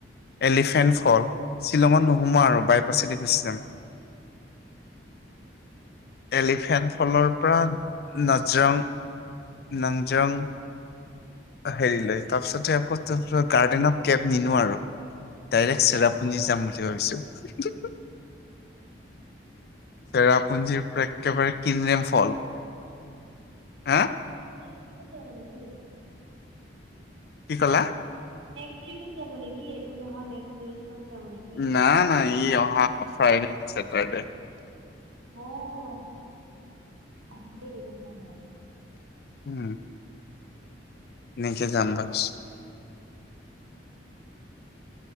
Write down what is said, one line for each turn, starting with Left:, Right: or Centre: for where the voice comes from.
Left: এলিফেণ্ট ফল, শ্বিলঙত নোসোমোৱা আৰু বাইপাছেদি গুচি যাম। এলিফেণ্ট ফলৰ পৰা নাজৰাং নংজং, হেৰি লয়, তাৰ পিছতে আকৌ তা গাৰ্ডেনত কেব নিনো আৰু। ডাইৰেক্ট চেৰাপুঞ্জি যাম বুলি ভাবিছো।
Right: উম হুম।
Left: চেৰাপুঞ্জীৰ পৰা একেবাৰে কিনৰেম ফল। হা?
Right: নেক্স উইকত যাব নেকি?
Left: কি কলা?
Right: নেক্সট উইকত যাব নেকি? এইটো মাহৰ, নেক্সট উইকত যাব নেকি?
Left: নাই, নাই। ই অহা, ফ্ৰাইডে নে চেটাৰডে।
Right: অ'! আহিলেই দেখোন, তেনেহ'লে।
Left: উম! এনেকে, যাম ভাবিছোঁ!
Right: উম!